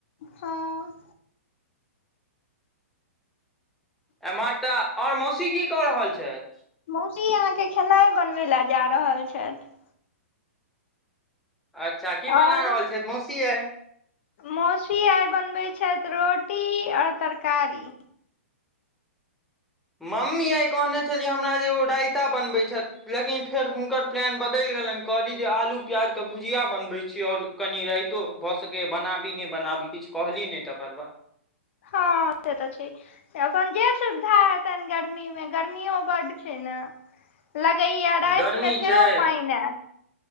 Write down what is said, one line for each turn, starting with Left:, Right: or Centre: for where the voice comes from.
Left: हँ
Centre: एमहर त और मौसी की क रहल छथि?
Left: मोती अहाँके खेनाइ बनबै ले जा रहल छथि।
Centre: अच्छा, की
Left: आओर
Centre: बना रहल छथि मौसी आइ।
Left: मौसी आइ बनबै छथि रोटी और तरकारी।
Centre: मम्मी आइ कहने छलि हमरा जे ओ रायता बनबै छथि लेकिन फेर हुनकर प्लान बदलि कहली जे आलू प्याज के भुजिया बनबै छी और कनी राइतो भ सकैये बनाबी नो बनाबी किछु कहली नहि तकर बाद
Left: हँ से त छै, अपन जे सुविधा हेतनि गर्मी मे गर्मियो बड छै ने। लगैये रातिमे
Centre: गर्मी
Left: फेरो
Centre: छै
Left: पानि हैत।